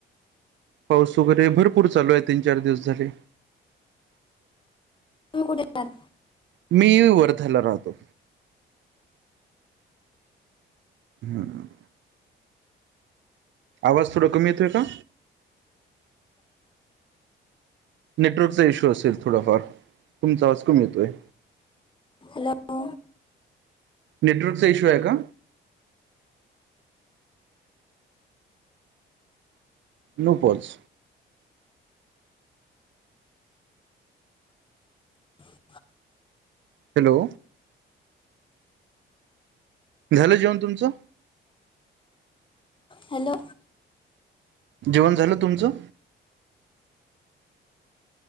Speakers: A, on the right (about 70°); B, on the left (about 25°).
A: पाऊस वगैरे भरपूर चालू आहे तीन चार दिवस झाले.
B: तुम्ही कुठे राहतात?
A: मी वर्ध्याला राहतो. हम. आवाज थोडा कमी येतोय का? नेटवर्कचा इश्यू असेल थोडाफार तुमचा आवाज कमी येतोय.
B: हॅलो?
A: नेटवर्कचा इश्यू आहे का? नूपोलस
B: ह <unintelligible>
A: हॅलो? झाल जेवण तुमचं?
B: हॅलो?
A: जेवण झालं तुमचं?